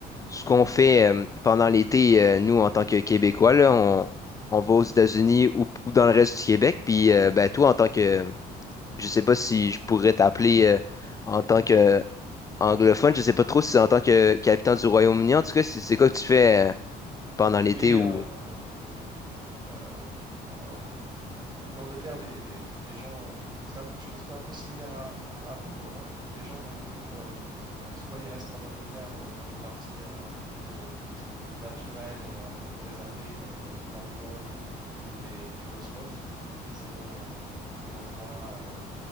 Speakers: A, on the left (about 20°); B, on the right (about 25°).
A: ce qu'on fait euh, pendant l'été, euh, nous, en tant que Québécois, là, on, on va aux États-Unis ou, ou dans le reste du Québec. Puis, euh, ben, toi, en tant que, je sais pas si je pourrais t'appeler euh, en tant que euh, anglophone, je sais pas trop si c'est en tant que qu'habitant du Royaume-Uni. En tout cas, c'est c'est quoi que tu fais euh, pendant l'été
B: Oui, euh,
A: ou
B: euh, en, en Angleterre, les, les- les gens, euh, c'est un peu, je pense qu'un peu similaire à, à- à vous, euh, les gens vont beaucoup, euh, euh, soit ils restent en Angleterre euh, dans les parties euh, un peu plus euh, naturels et un peu plus réservés comme euh, Cornwall ou les, les Cotswolds, qui sont euh, des endroits euh,